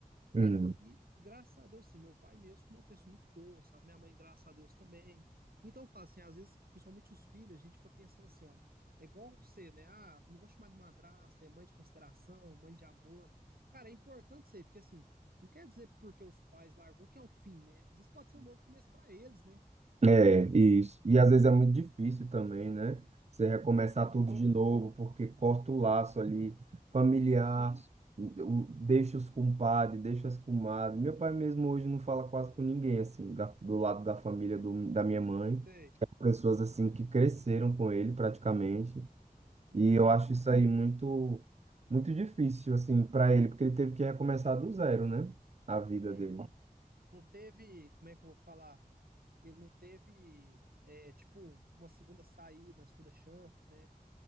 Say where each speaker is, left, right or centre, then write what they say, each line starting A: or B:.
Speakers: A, on the right (about 80°); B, on the right (about 45°).
A: Cara,
B: Hum.
A: e, e graças a Deus, sim, meu pai mesmo é uma pessoa muito boa, sabe? Minha mãe, graças a Deus, também. Então, eu falo assim, às vezes, principalmente os filhos, a gente fica pensando assim, ó, é igual você, né? Ah, não vou chamar de madrasta, é mãe de consideração, mãe de amor. Cara, é importante isso aí, porque assim, não quer dizer porque os pais largou que é o fim, né? Às vezes pode ser um novo começo pra eles, né?
B: É, isso. E às vezes é muito difícil também, né? Você recomeçar
A: Uhum.
B: tudo de novo, porque corta o laço ali familiar,
A: Sim.
B: o- deixa os compadres, deixa as comadres. Meu pai mesmo hoje não fala quase com ninguém, assim, da- do lado da família do- da minha mãe.
A: Sei.
B: Pessoas, assim, que cresceram com ele praticamente.
A: Uhum,
B: E eu acho isso aí muito, muito difícil, assim, para ele, porque ele teve que recomeçar do zero, né? A vida
A: uhum.
B: dele.
A: Não teve, como é que eu vou falar? Ele não teve, é, tipo, uma segunda saída, uma segunda chance, né?